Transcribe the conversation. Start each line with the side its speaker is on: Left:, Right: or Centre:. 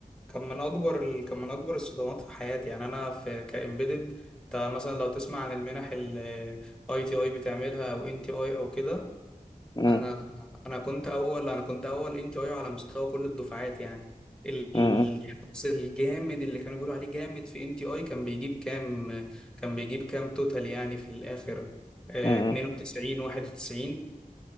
Centre: كان من اكبر ال... كان من اكبر الصدمات في حياتي يعني انا في كامبيدد مثلا لو تسمع عن المنح الاي تي اي بتعملها او ان تي اي او كده
Left: مم،
Centre: انا انا كنت اول انا كنت اول ان تي اي على مستوى كل الدفعات يعني الشخص
Left: مم،
Centre: الجامد اللي كانوا بيقولوا عليه جامد في ان تي اي كان بيجيب كام كان بيجيب كام توتال يعني في الاخر آه،
Left: مم.
Centre: 92 91